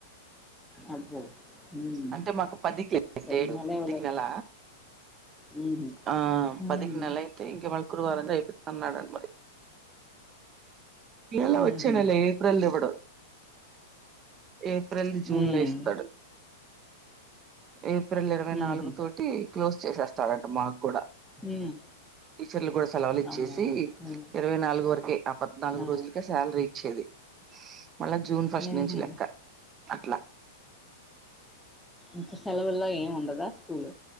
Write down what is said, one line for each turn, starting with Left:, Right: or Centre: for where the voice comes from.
Centre: అబ్బో మ్మ్.
Right: అంటే మాకు పదికి లే
Centre: పోయిన
Right: ఏడు
Centre: నెల
Right: పదికి
Centre: ఇవ్వలేదు
Right: నెల
Centre: మ్మ్.
Right: ఆ
Centre: మ్మ్.
Right: పదికి నలైతే ఇం మళ్కురువారంగాయిపోత నాన్ మురి ఇ
Centre: మ్మ్.
Right: వచ్చేనల ఏప్రిల్ ఇడ ఏప్రిల్ జూన్
Centre: మ్మ్.
Right: లో ఇస్తాడు ఏ ఏప్రిల్ ఇరవై
Centre: మ్మ్.
Right: నాలుగు తోటి క్లోజ్ చేసేస్తాడంట మాకు కూడా
Centre: మ్మ్.
Right: టీచర్లు కూడా సెలవులు ఇచ్చేసి
Centre: అవునా మ్మ్.
Right: ఇరవై నాలుగు వరకే ఆ పద్నాలుగు
Centre: మ్మ్.
Right: రోజులకే శాలరీ ఇచ్చేది మళ్ళా జూన్ ఫస్ట్
Centre: మ్మ్.
Right: నుంచి లెక్క అట్లా
Centre: ఇగా సెలవుల్లో ఏమి ఉండదా స్కూల్